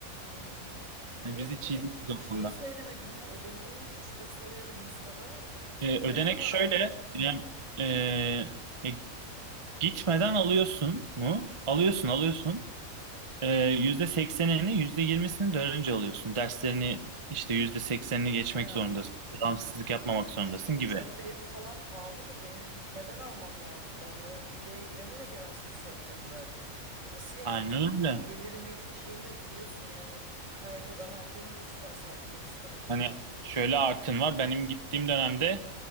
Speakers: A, on the right; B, on the right.
A: Hı hı.
B: Yani
A: E,
B: biz
A: e,
B: hiç iyi değiliz o
A: şeyi
B: konuda.
A: söylemedin ya ödeneği üçtür soruyorum Mustafa.
B: Ee,
A: Ne
B: ödenek
A: zaman
B: şöyle.
A: aldın?
B: Yani, e, ya gitmeden alıyorsun mu? Alıyorsun, alıyorsun. Ee, yüzde seksenini, yüzde yirmisini dönünce alıyorsun. Derslerini işte yüzde seksenini geçmek
A: Ha.
B: zorundasın. Devamsızlık yapmamak zorundasın
A: Çünkü uçak
B: gibi.
A: bileti falan pahalıdır. Benim gitmeden almam lazım. Ben o hibeye güvenerek Erasmus yapacağım zaten. Nasıl yapayım?
B: Aynen öyle.
A: Gelirim yok, bir şeyim yok biliyorsun. Yani KYK'dan aldığım burs var sadece Mustafa.
B: Hani şöyle artın var. Benim gittiğim dönemde